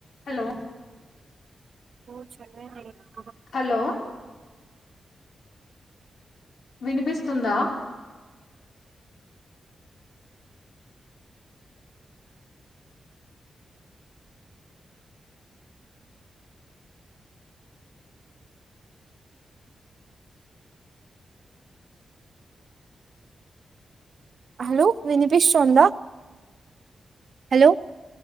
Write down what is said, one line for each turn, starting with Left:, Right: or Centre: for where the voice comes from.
Left: Hello
Right: చెన్న <unintelligible>
Left: hello వినిపిస్తుందా
Right: hello వినపిస్తుంధ hello